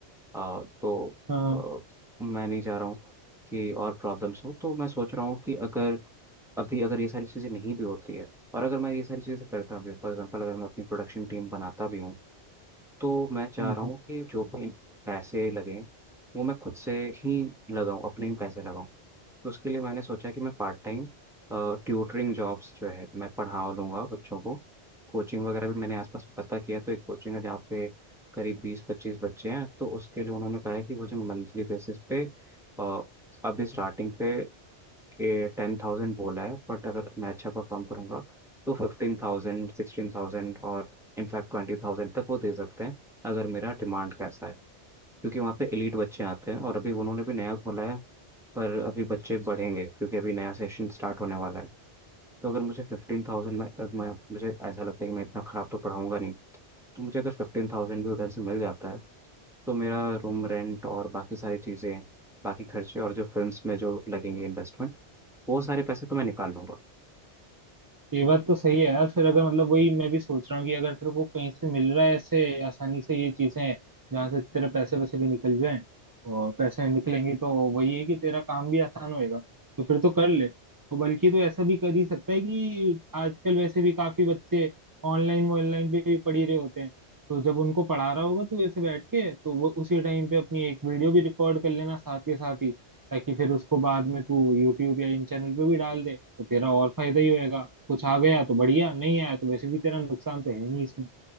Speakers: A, in the centre; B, on the right (about 30°).
A: अ, तो
B: हाँ
A: अ, मैं नहीं चाह रहा हूँ कि और प्रॉब्लम्स हो तो मैं सोच रहा हूँ कि अगर अभी अगर ये सारी चीज़ें नहीं भी होती है और अगर मैं ये सारी चीज़ें करता भी फॉर एग्जाम्पल अगर मैं अपनी प्रोडक्शन टीम बनाता भी हूँ तो मैं चाह
B: हाँ
A: रहा हूँ कि जो भी पैसे लगें वो मैं खुद से ही लगाऊं अपने ही पैसे लगाऊं तो उसके लिए मैंने सोचा कि मैं पार्ट टाइम ट्यूटरिंग जॉब्स जो है मैं पढ़ा लूँगा बच्चों को कोचिंग वगैरह भी मैंने आसपास पता किया तो एक कोचिंग है जहाँ पे करीब बीस पच्चीस बच्चे हैं तो उसके लिए उन्होंने कहा है कि मुझे मंथली बेसिस पे अ, अभी स्टार्टिंग पे ये टेन थाउजेंड बोला है बट अगर मैं अच्छा परफॉर्म करूंगा तो फिफ्टीन थाउजेंड सिक्सटीन थाउजेंड और इनफैक्ट ट्वेंटी थाउजेंड तक वो दे सकते हैं अगर मेरा डिमांड कैसा है क्योंकि वहाँ पे एलीट बच्चे आते हैं और अभी उन्होंने भी नया खोला है पर अभी बच्चे बढ़ेंगे क्योंकि अभी नया सेशन स्टार्ट होने वाला है तो अगर मुझे फिफ्टीन थाउजेंड में अगर मैं मुझे ऐसा लगता है कि मैं इतना ख़राब तो पढ़ाऊंगा नहीं तो मुझे अगर फिफ्टीन थाउजेंड भी उधर से मिल जाता है तो मेरा रूम रेंट और बाकी सारी चीज़ें बाकी खर्चे और जो फिल्म्स में जो लगेंगे इन्वेस्टमेंट वो सारे पैसे तो मैं निकाल लूंगा
B: ये बात तो सही है यार फिर अगर मतलब वही मैं भी सोच रहा हूँ कि अगर तेरे को कहीं से मिल रहा है ऐसे आसानी से ये चीजें जहाँ से तेरे पैसे वैसे भी निकल जाएं और पैसे निकलेंगे तो वही है कि तेरा काम भी आसान होएगा तो फिर तो कर ले और बल्कि तो ऐसा भी कर ही सकता है कि आजकल वैसे भी काफी बच्चे ऑनलाइन ऑनलाइन पे भी पढ़ी रहे होते हैं तो जब उनको पढ़ा रहा होगा तो ऐसे बैठ के तो वो उसी टाइम पे अपनी एक वीडियो भी रिकॉर्ड कर लेना साथ के साथ ही ताकि फिर उसको बाद में तू यूट्यूब या इन चैनल पे भी डाल दे तो तेरा और फायदा ही होएगा कुछ आ गया तो बढ़िया नहीं आया तो वैसे भी तेरा नुकसान तो है नहीं इसमें